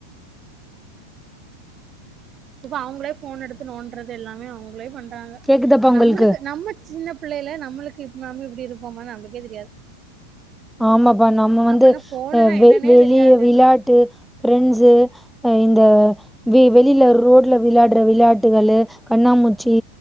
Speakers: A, on the right; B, in the centre.
A: இப்ப அவங்களே போன் எடுத்து நோன்றது எல்லாமே அவங்களே பண் றாங்க
B: கேக்குதாப்பா உங்களுக்கு
A: நம்மளுக்கு நம்ம சின்ன பிள்ளைல நம்மளுக்கு இப்ப நாம இப்படி இருப்போமனு நம்பளுக்கே தெரியாது
B: ஆமாப்பா நம்ம வந்து
A: அப்பனா போனுனா
B: வெ
A: என்னன்னே
B: வெளிய
A: தெரியாது
B: விளையாட்டு ஃபிரெண்ட்ஸு அஹ் இந்த வெ வெளியில ரோட்ல விளையாடுற விளையாட்டுகள் கண்ணாமூச்சி